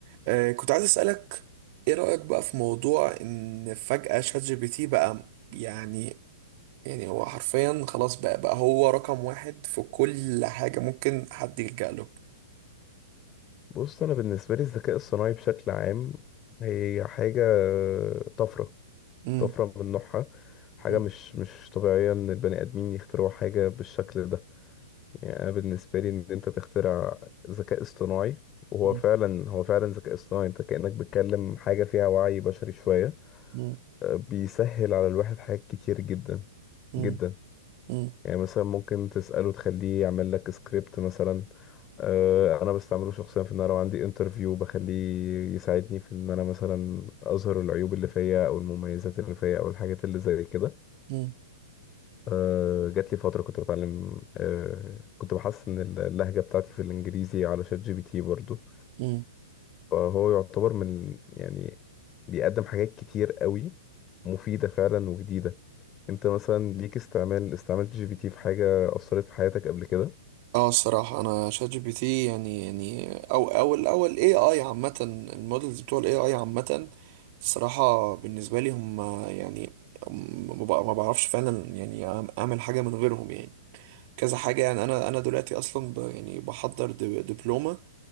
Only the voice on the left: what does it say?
بص انا بالنسبه لي الذكاء الصناعي بشكل عام هي حاجه طفره
طفره من نوعها حاجه
مش مش طبيعيه ان البني ادمين يخترعوا حاجه بالشكل ده يعني انا بالنسبه لي ان انت تخترع ذكاء اصطناعي وهو
فعلا هو فعلا ذكاء اصطناعي انت كانك بتكلم حاجه فيها وعي بشري شويه
أه، بيسهل على الواحد حاجات كتير جدا
جدا
يعني مثلا ممكن تسأله تخليه يعمل لك سكريبت مثلا آه، انا بستعمله شخصيا في ان انا لو عندي انترفيو بخليه يساعدني في ان انا مثلا اظهر العيوب اللي فيا او المميزات اللي فيا او الحاجات اللي زي كده
آه، جات لي فترة كنت بتعلم آه، كنت بحسن اللهجة بتاعتي في الانجليزي على شات جي بي تي برضو
فهو يعتبر من يعني بيقدم حاجات كتير قوي مفيدة فعلا وجديدة انت مثلا ليك استعمال استعملت جي بي تي في حاجة أثرت في حياتك قبل كده